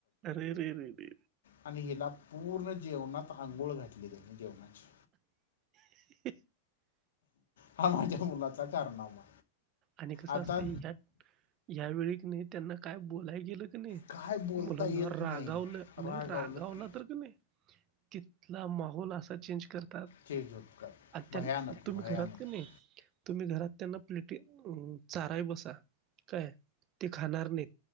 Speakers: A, on the right; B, on the left.
A: अरे! रे रे रे.
B: आणि हिला पूर्ण जेवणात आंघोळ घातली, त्यांनी जेवणाची.
A: ह हि हि.
B: हा माझ्या मुलाचा कारनामा.
A: आणि कसं
B: आता
A: असतं ह्यात यावेळी नाही त्यांना काय बोलाय गेलं क नाही
B: काय बोलता
A: मुलांना
B: येत
A: रागावलं
B: नाही
A: नाही
B: रागावलं
A: रागावला
B: की
A: तर क नाही तिथंला माहौल असा चेंज कर तात
B: चेंज होत काय भयानक
A: तुम्ही
B: भयानक
A: घरात क नाही तुम्ही घरात त्यांना प्ले चाराय बसा, काय ते खाणार नाहीत.